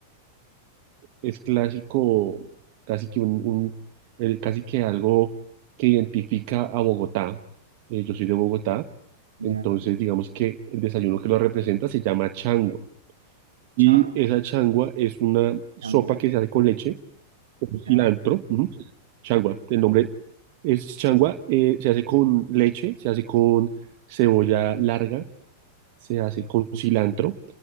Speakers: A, on the right; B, on the right.
A: es clásico, casi que un, un- el- casi que algo que identifica a Bogotá. Eh, yo soy de Bogotá,
B: Ya,
A: entonces digamos que el desayuno que lo representa se llama changua. Y
B: chango,
A: esa changua es una sopa
B: chango,
A: que se hace con leche, con cilantro,
B: ya,
A: ujú, Changua, el nombre es changua, eh, se hace con leche, se hace con cebolla larga, se hace con cilantro